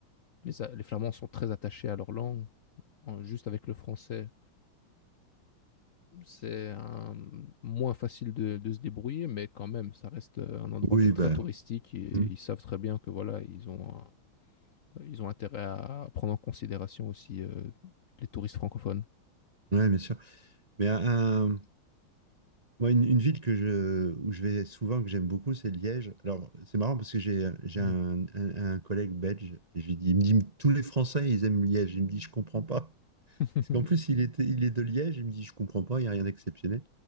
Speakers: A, on the left; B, on the right.
A: les, A- les Flamands sont très attachés à leur langue. En- Juste avec le français, c'est un- moins facile de, de se débrouiller, mais quand même, ça reste euh, un endroit
B: Oui,
A: qui est très
B: bah.
A: touristique et
B: hmm.
A: ils savent très bien que voilà, ils ont, un- ils ont intérêt à prendre en considération aussi euh, les touristes francophones.
B: Ouais, bien sûr. Mais un- un- moi, une, une ville que je, où je vais souvent, que j'aime beaucoup, c'est Liège. Alors, c'est marrant parce que j'ai j'ai
A: Mhm.
B: un, un- un collègue belge. Et je lui dis, il me dit, tous les Français, ils aiment Liège. Il me dit, je comprends pas.
A: <laughs>
B: Parce qu'en plus, il était, il est de Liège, il me dit, je comprends pas, il n'y a rien d'exceptionnel.